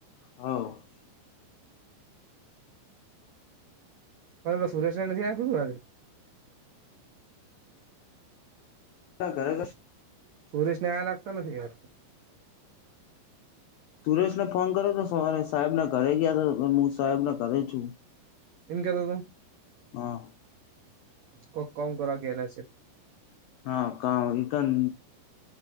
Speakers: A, on the left (about 85°); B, on the right (about 85°).
A: હ.
B: હવે સુરેશ ને નથી આપ્યું, રાજી
A: ઘરે
B: સુરેશ ને આયા લાગતા નથી.
A: સુરેશ ને ફોન કરો તો સવારે સાહેબના ઘરે ગયા તો, હું સાહેબ ના ઘરે જ છું.
B: એમ કેતો હતો.
A: હા.
B: કોબ કમ કરવા ગયેલા છે.
A: હા, કા રિટર્ન.